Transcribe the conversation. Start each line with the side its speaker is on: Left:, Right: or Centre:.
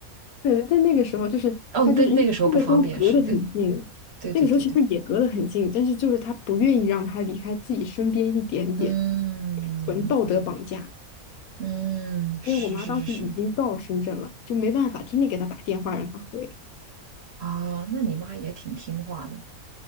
Left: 对，但那个时候就是他就是因为因为都隔得很近，
Right: 哦，对，那个时候不方便，是对，对对对对对，
Left: 那个时候其实也隔得很近，但是就是他不愿意让他离开自己身边一点点，
Right: 嗯
Left: 纯道德绑架。
Right: 嗯，是是是是，
Left: 因为我妈当时已经到深圳了，就没办法，天天给他打电话让他回，
Right: 啊，那你妈也挺听话的，